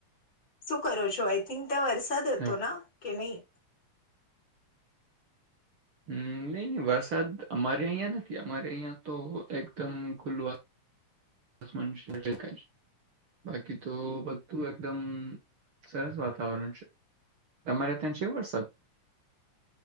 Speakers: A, on the left; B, on the right.
A: શું કરો છો આઈ થિંક ત વરસાદ હતોના
B: એવું.
A: કે નહી.
B: હમ નહી નહી વરસાદ અમારે અહીંયા નથી. અમારે અહિયાં તો એકદમ ખુલ્લુંસ બાકી તો બધું એકદમ સરસ વાતાવરણ છે તમારે ત્યાં છે વરસાદ?